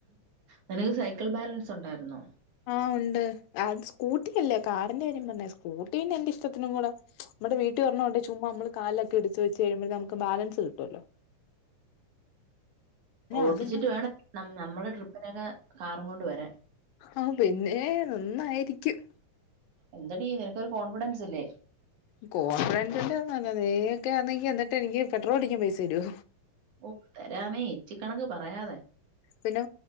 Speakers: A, on the right; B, on the left.
A: നിനക്ക് സൈക്കിൾ ബാലൻസ് ഉണ്ടാര്ന്നോ
B: ആ ഉണ്ട് അത് സ്കൂട്ടി അല്ലേ കാറിന്റെ കാര്യം പർഞ്ഞേ സ്കൂട്ടി പിന്നെ എന്റെ ഇഷ്ട്ടത്തിനും കൂടെ ഇവടെ വീട്ട് ഒരണ്ണോണ്ടെങ്കി ചുമ്മാ നമ്മള് കാലൊക്കെ എടുത്ത് വെച്ച് കഴിഴുമ്പഴക്ക് നമുക്ക് ബാലൻസ് കിട്ടുവല്ലോ
A: ഓട്ടിച്ചിട്ട്
B: അതിന്
A: വേണം ന ഞമ്മളെ ട്രിപ്പിനെക്കെ കാറും കൊണ്ട് വരാൻ
B: ആ പിന്നെ നന്നായിരിക്കും
A: എന്തടീ നിനക്കൊരു കോൺഫിഡൻസില്ലേ
B: കോൺഫിടസിന്റെന്നുല്ല നീ ഒക്കെ ആന്നെങ്കി എന്നിട്ട് എനിക്ക് പെട്രോൾ അടിക്കാൻ പൈസ തരോ
A: ഒ തരാന്നേ എച്ചി കണക്ക് പറയാതെ
B: പിന്നെ